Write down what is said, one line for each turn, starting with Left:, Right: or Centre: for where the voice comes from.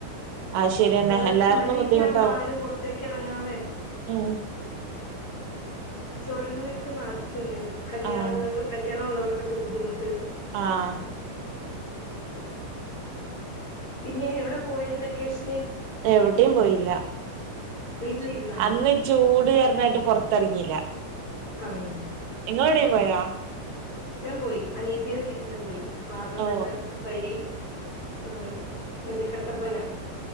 Right: അത് ശരിയന്നെ
Left: വേറെ
Right: എല്ലാർക്കും
Left: മഴയെക്കെ
Right: ബുദ്ധിമുട്ടാവും
Left: ആവുമ്പോ ആരും പുറത്തേക്ക് ഇറങ്ങാതെ
Right: ഉം
Left: കച്ചവടങ്ങളെയെക്കെ ബാധിക്കും. <unintelligible> നേരം കല്യാണങ്ങൾ
Right: ആഹ്
Left: കല്യാണമുള്ളവർക്ക് ക്കൊക്കെ ബുദ്ധിമുട്ട്
Right: ആഹ്
Left: പിന്നെ എവിടെ പോയത് വെക്കേഷന്
Right: എവിടെയും പോയില്ല
Left: വീട്ടിലിരുന്നാ
Right: അന്ന് ചൂട് കാരണായിട്ട് പൊറ ത്ത് എറങ്ങീല.
Left: ആഹ്
Right: നിങ്ങളെവിടേം പോയാ?
Left: ഞാൻ പോയി അനിയത്തീടെ വീ ട്ടില് പോയി വാഗമണ്ണ്
Right: ഓ
Left: വഴി ഏഹ് അവര് കട്ടപ്പന.